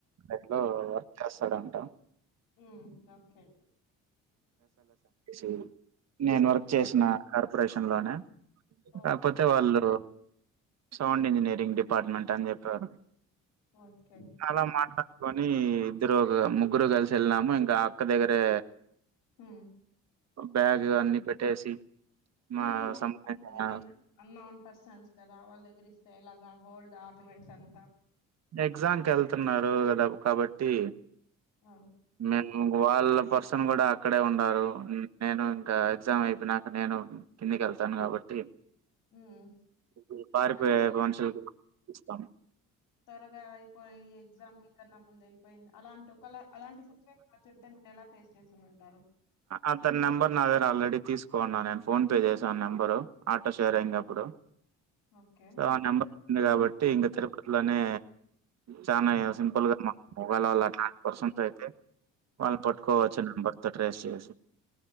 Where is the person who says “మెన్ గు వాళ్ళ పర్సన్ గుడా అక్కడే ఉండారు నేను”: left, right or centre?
Right